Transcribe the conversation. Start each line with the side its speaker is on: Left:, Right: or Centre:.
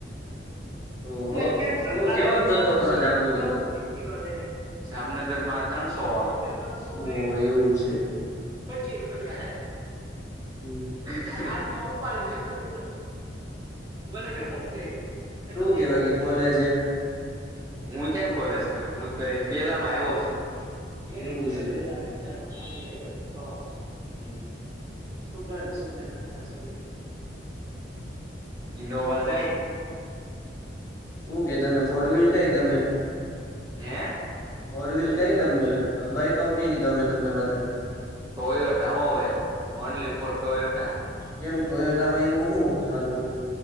Left: ઓહો
Right: <unintelligible>
Left: શું કેવાનો ધંધો કરો જામનગરમાં તમે
Right: જામનગર માં ત્રણસો ત્રણસો
Left: ઓ
Right: ને
Left: એવું છે
Right: પચી રૂપિયા હૈ
Left: હમ
Right: આમ હાથમાં ઉપાડીને નથી જતું, મને કે હું કયરુ. ને
Left: શું
Right: નથી
Left: કે
Right: જતુ
Left: બાકી કોલેજ
Right: <unintelligible> મુ ચ્યાં કોલેઝ કરું. હું પઈ પેલામાં આયવો શું. પેરી
Left: એવું
Right: વિયર
Left: છે
Right: પેલા વિચારના આજે આયવો સ્ટોક. હમ. સુુંગંધ-સુગંધ આખા શરીરમાં. ઈનોવા ઝાય
Left: ઉ કે તને ફોર વ્હીલ કઈ ગમે?
Right: હે.
Left: ફોર વ્હીલ કઈ કમની અ કઈ કંપનીની ગમે તમને વધારે?
Right: ટોયોટા હો ભઈ ઓનલી ફોર ટોયોટા. પેલું
Left: કેમ ટોયોટામાં એવું હું સારું હોય